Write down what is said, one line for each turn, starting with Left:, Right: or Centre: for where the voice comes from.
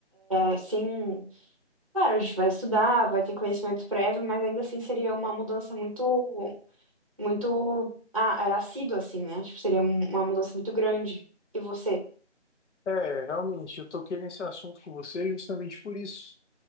Right: é, sem... Claro, a gente vai estudar, vai ter conhecimento prévio, mas ainda assim seria uma mudança muito muito ah, é assíduo, assim, né? Tipo, seria um- uma mudança muito grande. E você?
Left: É, realmente, eu toquei nesse assunto com você justamente por isso.